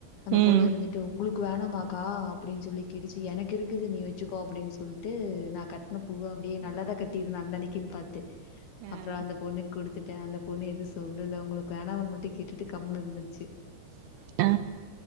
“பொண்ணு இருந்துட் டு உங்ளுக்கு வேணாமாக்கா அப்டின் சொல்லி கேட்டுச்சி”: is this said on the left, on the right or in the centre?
Left